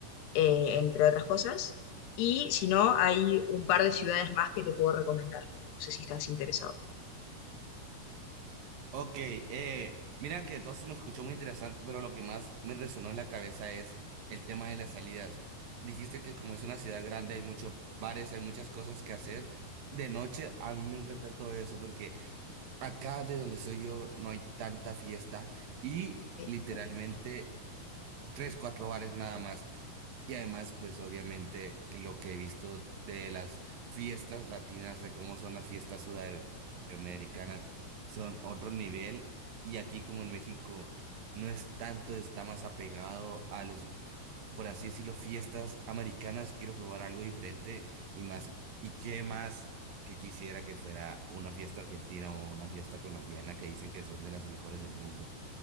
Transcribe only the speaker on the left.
eh, entre otras cosas. Y si no, hay un par de ciudades más que te puedo recomendar. No sé si estás interesado.
Ok.